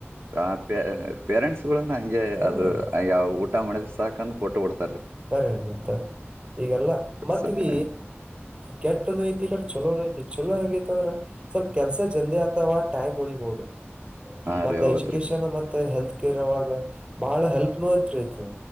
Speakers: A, on the right; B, on the right.
A: ಆ ಪ ಪೇರೆಂಟ್ಸ್ ಗಳನ್ನ ಹಂಗೆ
B: ಹ್ಮ್
A: ಅದು ಯಾವ ಊಟ ಮಾಡಿದ್ ಸಾಕಂದ ಕೊಟ್ಟು ಕೊಡ್ತ.
B: ಕರೆ ಮತ್ತ ಈಗೆಲ್ಲ ಮತ್ತದು.
A: ಸರಿ
B: ಕೆಪನ್ ಐತಿ ಕಡೆ ಚಲೋನ ಐತಿ ಚಲೋ ಹೆಂಗ ೈಐ ಅ್ರೆ ಸ್ವಲ್ಪ. ಕೆಲಸ ಜಂದೆ ಆತವಾ ಟೈಮ್ ಉಳಿಬಹುದು
A: ಹಾ
B: ಮತ್ತೆ
A: ರೀ ಹೌದ್ರಿ
B: ಎಜುಕೇಶನ್ ಮತ್ತೆ ಹೆಲ್ತ್. ಇರೋವಾಗ ಬಹಳ ಹೆಲ್ಪ್ ನೋತ್ರಿ ಇತ್ತು